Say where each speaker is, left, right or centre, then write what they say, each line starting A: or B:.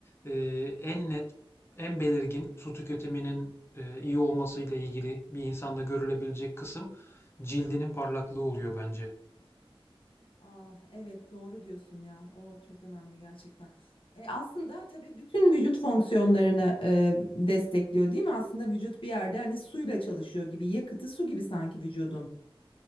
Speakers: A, on the left; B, on the left.
A: e, en net, en belirgin su tüketiminin e, iyi olmasıyla ilgili bir insanda görülebilecek kısım cildinin parlaklığı oluyor bence.
B: Ah, evet doğru diyorsun ya. O çok önemli gerçekten. E, aslında tabii bütün vücut fonksiyonlarını e, destekliyor değil mi? Aslında vücut bir yerde hani suyla çalışıyor gibi. Yakıtı su gibi sanki vücudun.